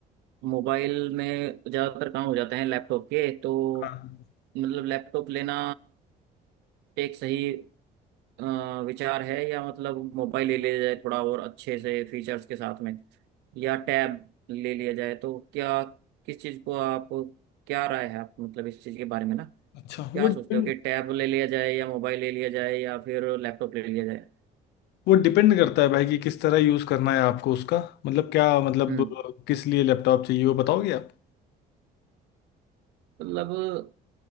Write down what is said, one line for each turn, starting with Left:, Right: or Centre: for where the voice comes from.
Right: मोबाइल में ज़्यादातर काम हो जाते हैं लैपटॉप के तो
Left: हाँ।
Right: मतलब लैपटॉप लेना एक सही अ, विचार है या मतलब मोबाइल ले लिया जाए थोड़ा और अच्छे से फीचर्स के साथ में या टैब ले लिया जाए तो क्या किस चीज़ को आप क्या राय है आप मतलब इस चीज़ के बारे में ना
Left: अच्छा
Right: क्या
Left: वो डिपेंड
Right: सोचते हो कि टैब ले लिया जाए या मोबाइल ले लिया जाए या फिर लैपटॉप ले लिया जाए
Left: वो डिपेंड करता है भाई कि किस तरह यूज़ करना है आपको उसका मतलब क्या मतलब
Right: हम्म
Left: किस लिए लैपटॉप चाहिए वो बताओगे आप
Right: मतलब